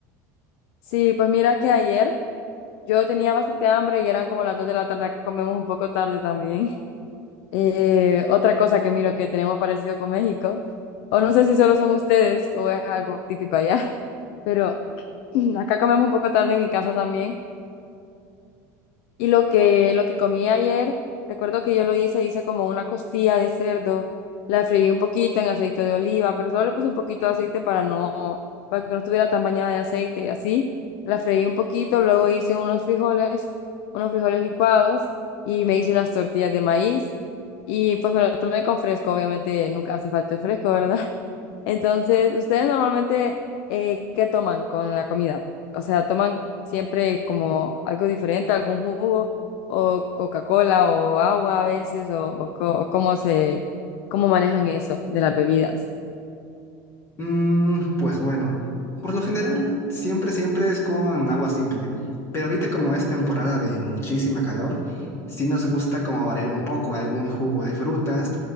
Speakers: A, on the left; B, on the left.
A: Sí, pues mira que ayer Yo tenía bastante hambre y eran como las 2 de la tarde, acá comemos un poco tarde también. <laughs> Eh, otra cosa que miro que tenemos parecido con México, o no sé si solo son ustedes o es algo típico allá, <laughs> pero <clears throat> acá comemos un poco tarde en mi casa también y lo que, lo que comí ayer, recuerdo que yo lo hice, hice como una costilla de cerdo, la freí un poquito en aceite de oliva, pero solo le puse un poquito de aceite para no, para que no estuviera tan bañada de aceite y así. La freí un poquito, luego hice unos frijoles, unos frijoles licuados y me hice unas tortillas de maíz y pues me lo tomé con fresco, obviamente nunca hace falta el fresco, ¿verdad? Entonces, ¿ustedes normalmente eh, qué toman con la comida? O sea, ¿toman siempre como algo diferente, algún jugo o Coca-Cola o agua a veces o, o co- o cómo se, cómo manejan eso de las bebidas?
B: Mm, pues bueno, por lo general, siempre, siempre es con agua simple, pero ahorita como es temporada de muchísima calor, sí nos gusta como variar un poco algún jugo de frutas.